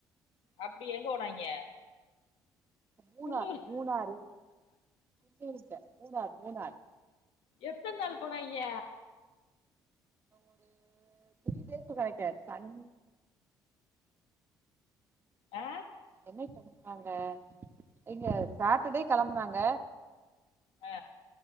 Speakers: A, on the left; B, on the right.
A: அப்டி எங்க போனாய்ங்க
B: மூணார்
A: குன்னூர்
B: மூணாறு டூரிஸ்டு மூணார் மூணார்
A: எத்தன் நாள் போனாய்ங்க
B: ஒரு த்ரீ டேஸ் நெனைக்க சன்
A: அ
B: என்னைக் கெளம்புனாங்க இங்க சாட்டர்டே கெளம்புனாங்க
A: அ